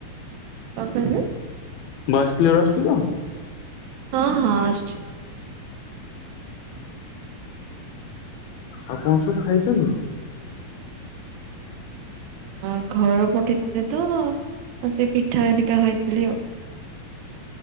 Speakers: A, on the right (about 75°); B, on the left (about 85°).
A: କଣ କହିଲେ?
B: ଭଏସ କ୍ଲିୟର ଆସୁଛି ତ?
A: ହଁ ହଁ ଆସୁଛି।
B: ଆଉ କଣ ସବୁ ଖାଇଛନ୍ତି?
A: ହଁ ଘର ପଠେଇଥିଲେ ତ ଆଉ ସେ ପିଠା ହେରିକା ଖାଇଥିଲି ଆଉ।